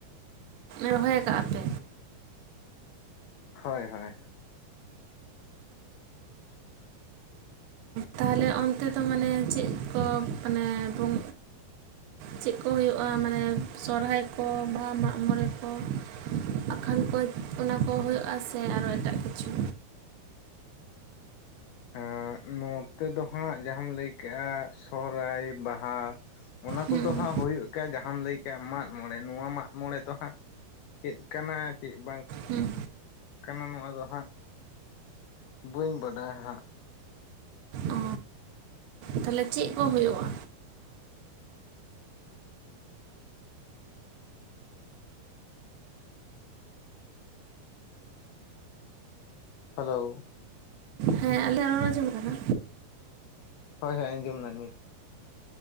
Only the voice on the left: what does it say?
ᱦᱳᱭ ᱦᱳᱭ᱾
ᱟᱸᱻ ᱱᱚᱛᱮ ᱫᱚ ᱦᱟᱸᱜ ᱡᱟᱦᱟᱸᱢ ᱞᱟᱹᱭ ᱠᱟᱜᱼᱟ ᱥᱚᱦᱨᱟᱭ, ᱵᱟᱦᱟ, ᱚᱱᱟ
ᱠᱚᱫᱚ ᱦᱟᱸᱜ ᱦᱳᱭᱳᱜ-ᱼ ᱠᱟ ᱡᱟᱦᱟᱸᱢ ᱞᱟᱹᱭ ᱠᱟᱜ ᱢᱟᱜ ᱢᱚᱬᱮ ᱱᱚᱣᱟ ᱢᱟᱜ ᱢᱚᱬᱮ ᱫᱚ ᱦᱟᱸᱜ, ᱪᱮᱫ ᱠᱟᱱᱟ ᱪᱮᱫ ᱵᱟᱝ
ᱠᱟᱱᱟ ᱱᱚᱣᱟ ᱫᱚ ᱦᱟᱸᱜ ᱵᱟᱹᱧ ᱵᱟᱰᱟᱭᱟ ᱦᱟᱸᱜ᱾
ᱦᱮᱞᱳᱣ ᱾
ᱦᱳᱭ ᱦᱳᱭ ᱟᱸᱡᱚᱢᱱᱟ ᱱᱤᱛ᱾